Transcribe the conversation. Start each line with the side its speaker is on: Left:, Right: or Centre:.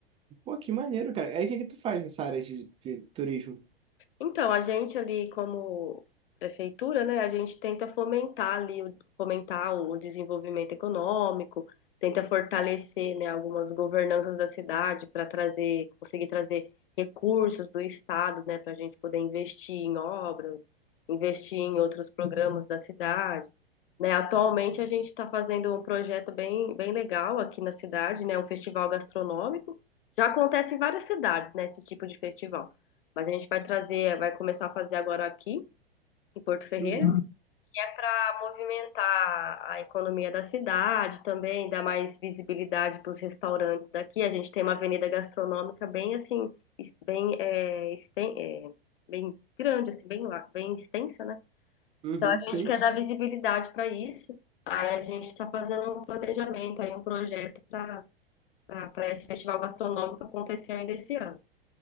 Right: Pô, que maneiro, cara. Aí o que que tu faz nessa área de, de turismo?
Left: Então, a gente ali como prefeitura, né, a gente tenta fomentar ali, o- fomentar o desenvolvimento econômico, tenta fortalecer, né, algumas governanças da cidade para trazer, conseguir trazer recursos do estado, né, para a gente poder investir em obras, investir em outros programas da cidade, né. Atualmente a gente está fazendo um projeto bem, bem legal aqui na cidade, né, um festival gastronômico. Já acontece em várias cidades, né, esse tipo de festival. Mas a gente vai trazer, vai começar a fazer agora aqui, em Porto Ferreira,
Right: Uhum,
Left: para movimentar a economia da cidade também, dar mais visibilidade para os restaurantes daqui. A gente tem uma avenida gastronômica bem assim, es- bem, é, esten- é, bem grande, assim, bem, lá- bem extensa, né?
Right: uhum,
Left: Então a
Right: sim.
Left: gente quer dar visibilidade para isso. Aí a gente está fazendo um planejamento, aí um projeto para para esse festival gastronômico acontecer ainda esse ano.